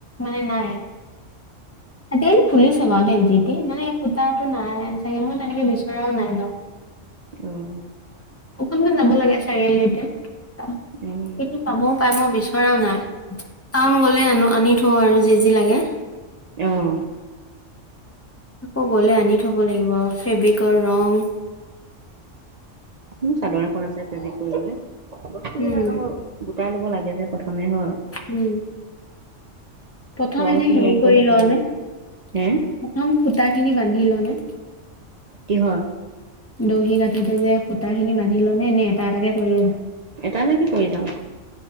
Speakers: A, on the left (about 20°); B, on the right (about 55°).
A: মানে নাই, আজিকালি খুলিছে বাৰু যিটি মানে সূতাটো নাই চাগে মই তেনেকে বিচৰাও নাই বাৰু।
B: অহ
A: অকণমান যাব লাগে চাৰিআলি লৈকে কি
B: অ'
A: থিক পাবও পাৰে মই বিচৰা নাই ধৰাও নাই টাউন গলে আনো আনি থওঁ আৰু যি যি লাগে
B: অহ
A: আকৌ গলে আনি থব লাগিব ফেব্ৰিকৰ ৰং
B: মোৰ চাদৰ এখন আছে ফেব্ৰিক কৰিবলৈ বস্তুবিলাক
A: উম
B: আকৌ গোটাই ল'ব লাগে যে প্ৰথমে হয়।
A: উম প্ৰথম
B: ৰং
A: এনে
B: খিনি
A: হেৰি
B: আনিব
A: কৰি
B: লাগিব
A: ল নে প্ৰথম
B: হে
A: সুতা খিনি বান্ধি লনে
B: কিহৰ
A: দহি গাঠোতে যে সূতা খিনি বান্ধি লনে নে এটা এটাকে কৰিয়ে যাওঁ
B: এটা এটাকে কৰি যাওঁ